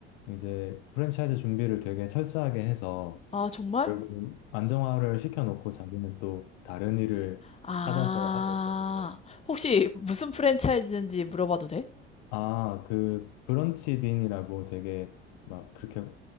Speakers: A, on the left; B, on the left.
A: 이제 프랜차이즈 준비를 되게 철저하게 해서,
B: 아, 정말?
A: 결국 안정화를 시켜놓고 자기는 또 다른 일을
B: 아,
A: 찾아서 하고 있거든.
B: 혹시 무슨 프랜차이즈인지 물어봐도 돼?
A: 아, 그 브런치 빈이라고 되게 막 그렇게